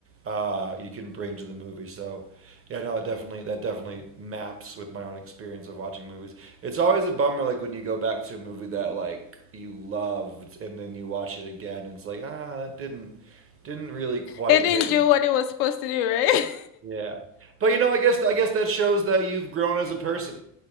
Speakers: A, on the right (about 30°); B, on the left (about 75°).
A: uh, you can bring to the movie. So yeah, no, it definitely that definitely maps with my own experience of watching movies. It's always a bummer like when you go back to a movie that like you loved and then you watch it again and it's like ah that didn't didn't really quite
B: it didn't
A: hit.
B: do
A: me."
B: what it was supposed to do right
A: Yeah. But you know, I guess I guess that shows that you've grown as a person.